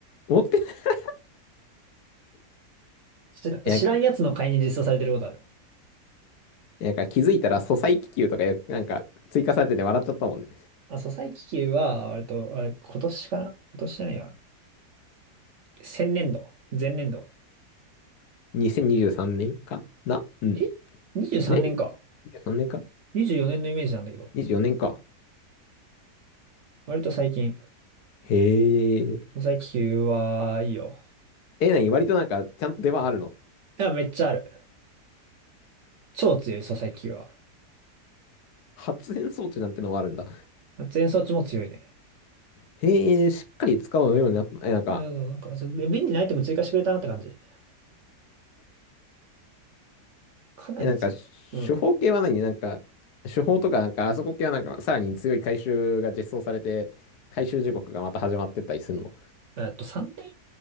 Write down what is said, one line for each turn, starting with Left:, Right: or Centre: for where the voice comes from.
Left: 持ってない。
Right: 知ら、
Left: <laughs> なんか、
Right: 知らんやつの会議に実装されてることある。
Left: なんか気づいたら、素材気球とかよ、なんか、追加されてて笑っちゃったもんね。
Right: あ、そう最気球は、割と、あれ、今年かな今年じゃないや。先年度。前年度。
Left: 2023年かなうん。
Right: え ?23
Left: ね ?23
Right: 年か。
Left: 年か
Right: 24年のイメージなんだけど。
Left: ?24 年か。
Right: 割と最近、
Left: へえ。
Right: 最気球は、いいよ。
Left: え、なに割となんか、ちゃんと出番あるの
Right: いや、めっちゃある。超強い、そう最気球は。
Left: 発電装置なんてのもあるんだ。
Right: 全装置も強いね。
Left: へえ、しっかり使うようになった。え、なんか、
Right: うん、なんか、そう便利なアイテム追加してくれたなって感じ。かなり強い。
Left: え、なんか、
Right: うん。
Left: 処方系は何なんか、処方とか、なんか、あそこ系はなんか、さらに強い回収が実装されて、回収時刻がまた始まってったりするの。
Right: えっと、3年以